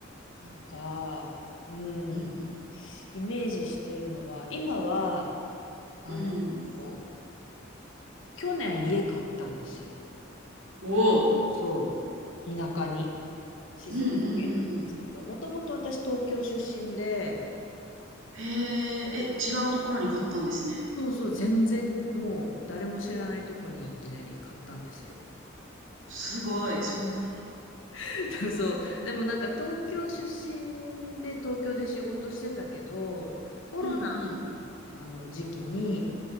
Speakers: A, on the left; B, on the right.
A: なんか、うん、
B: うん
A: イメージしてるのは、今は、あ
B: うん。うん。
A: の、去年家買ったんですよ。
B: おお。
A: そう、田舎に、静岡県なんですけど、
B: うんうんうんうん。
A: もともと私東京出身で、
B: へえ、え、違うところに買ったんですね。
A: そうそう、全然もう誰も知らないとこにいきなり買ったんですよ。
B: すごい。そうなんや。
A: <laughs> そう。でもなんか東京出身で東京で仕事してたけど、コロナの、
B: うんうん。
A: あの時期に、
B: うん。